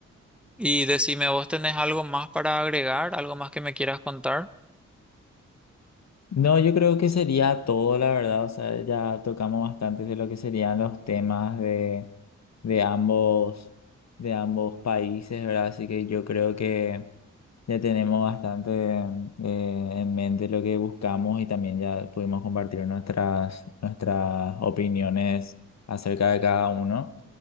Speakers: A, in the centre; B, on the left.
A: Y decime, ¿vos tenés algo más para agregar? ¿Algo más que me quieras contar?
B: No, yo creo que sería todo, la verdad. O sea, ya tocamos bastante de lo que serían los temas de, de ambos, de ambos países, ¿verdad? Así que yo creo que ya tenemos bastante eh, en mente lo que buscamos y también ya pudimos compartir nuestras, nuestras opiniones acerca de cada uno.